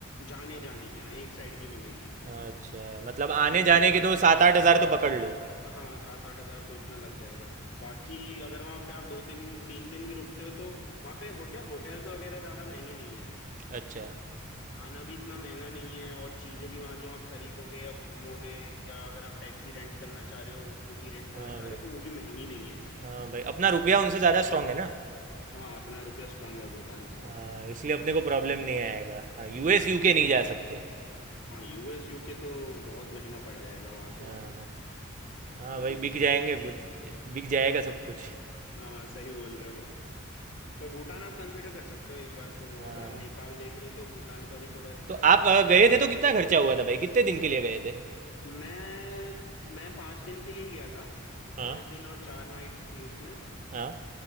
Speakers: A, on the left; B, on the right.
A: जाने जाने की हाँ एक साइड की मिलेगी
B: अच्छा मतलब
A: जाने
B: आने
A: आने
B: जाने
A: का
B: के
A: आपका
B: तो सात आठ हज़ार तो पकड़ लो
A: हाँ सात आठ हजार तो इतना लग जाएगा बाकी अगर वहाँ पे आप दो तीन तीन दिन भी रुकते हो तो वहाँ पे होटल होटल्स वगैरह ज्यादा महंगे नहीं है
B: अच्छा
A: खाना भी इतना महंगा नहीं है और चीजें भी वहां जो आप खरीदोगे या घूमोगे या अगर आप टैक्सी रेंट करना चाह रहे हो और स्कूटी रेंट करना
B: हाँ
A: चाह
B: भाई
A: रहे हो तो वो भी महंगी नहीं है
B: हाँ भाई अपना रुपया उनसे ज़्यादा स्ट्रांग है ना
A: हाँ अपना रुपया स्ट्रांग है भूटान से
B: हाँ इसलिए अपने को प्रॉब्लम नहीं आएगा हाँ यूएस यूके नहीं जा सकते
A: हाँ यूएस यूके तो बहुत महंगा पड़ जाएगा वहां तो
B: हाँ हाँ हाँ
A: बहुत
B: भाई
A: ही महंगा
B: बिक जाएंगे
A: है
B: बिक जाएगा सब कुछ
A: हाँ सही बोल रहे हो पर भूटान आप कंसिडर कर सकते हो एक बार को
B: हाँ
A: अगर आप नेपाल देख रहे हो तो भूटान का भी थोड़ा रिसर्च
B: तो आप
A: करके
B: अ,
A: देखना
B: गए थे
A: कि
B: तो कितना खर्चा हुआ था भाई कितने दिन के लिए गए थे
A: मैं मैं पाँच दिन के लिए गया था
B: हाँ
A: पाँच दिन और चार नाइट्स थी उसमें
B: हाँ